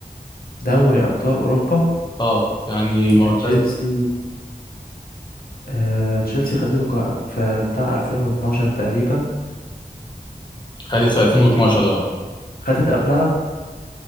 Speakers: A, on the left (about 65°); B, on the left (about 30°).
A: دوري أبطال أوروبا
B: اه يعني
A: هي
B: معتزل
A: تشيلسي آه تشيلسي خدته ك- في بتاع 2012 تقريبا
B: خدت في 2012 اه
A: خدت قبلها